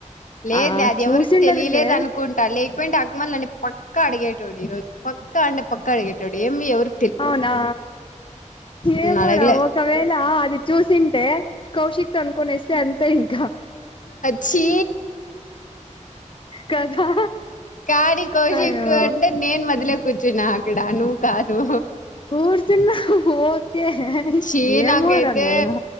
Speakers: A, on the left (about 80°); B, on the left (about 40°).
A: లేదు
B: ఆ
A: లే అది
B: చూసిండరులే
A: ఎవరికి తెలియలేదు అనుకుంటారు లేకపోయినా అగమల్ని ప పక్క అడిగేటోడు ఈరోజు పక్క అంటే పక్క అడిగేటోడు ఏమి ఎవరు
B: అవునా ఏమోరా
A: అడగలే
B: ఒకవేళ అది చూసింటే కౌశిక్ త అనుకునేస్తే అంతే కా
A: చ్చి
B: కదా
A: కాడి కోశికు
B: అయ్యో
A: అంటే నేను మొదలే కూర్చు నా ఇక్కడ నువు కాదు
B: కూర్చున్న ఒకే
A: ఛీ
B: ఏమో
A: నాకైతే
B: రా నాయనా